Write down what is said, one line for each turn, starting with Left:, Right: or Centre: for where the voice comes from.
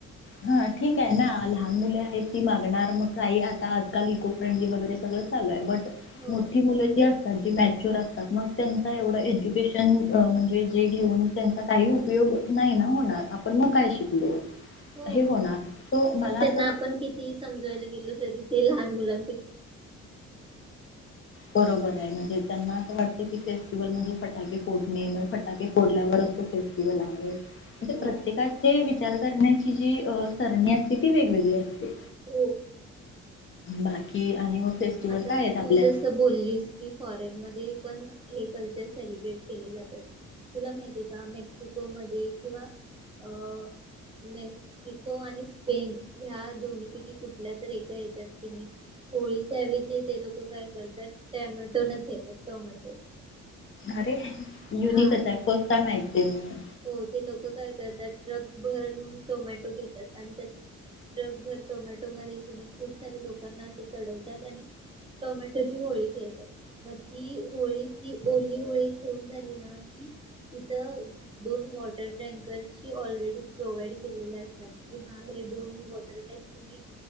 Left: हा ठीक आहे ना लहान मुले आहेत ती मागणार मग काही आता आजकाल इको फ्रेंडली वगैरे सगळं चालू आहे बट
Right: हो
Left: मोठी मुलं जी असतात जी मॅ शोर असातात मग त्यांचा एवढ एज्युकेशन म्हणजे जे घेऊन त्यांचा काही उपयोग नाही ना होणार आपण मग काय शिकलो
Right: हो
Left: हे होणार तो मला
Right: पण त्यांना
Left: असं
Right: आपण किती समजवायला गेलो तरी ते लहान मुला
Left: बरोबर आहे म्हणजे त्यांना वाटत की फेस्टिवल म्हणजे फटाके फोडणे, फटाके फोडल्यावरच तो फेस्टिव्हल आहे. म्हणजे
Right: हो
Left: प्रत्येकाची विचार करण्या जी सरणी असते ती वेगवेगळी असते.
Right: हो
Left: बाकी आणि मग फेस्टिवल
Right: आता
Left: काय
Right: तू
Left: आहेत आपल्या
Right: जस बोललीस की फॉरेन मध्ये हे कल्चर सेलब्रेट केले जातात तुला माहिते का मेक्सिको मध्ये किंवा अ मेक्सिको आणि स्पेन ह्या दोन्ही पैकी कुठल्या तर एका याच्यात कि नाही होळी त्यावेळी ते ते लोक काय करतात टॅमॅटो न खेळतात टोमॅटो
Left: अरे युनिकच
Right: हा
Left: आहे फर्स्ट टाइम ऐकलं. <inaudible>
Right: हो ते लोक काय करतात ट्रक भरून टोमॅटो घेतात आणि त्या ट्रक भर टोमॅटो मध्ये कि खूप सारे लोकांना अस चढवतात आणि टोमॅटोची होळी खेळतात मग ती होळी ती ओली होळी घेऊन झाली ना कि तिथ दोन वॉटर टँकरची ऑलरेडी प्रोव्हाइड केलेले असतात कि हा हे दोन वॉटर टँक तुम्ही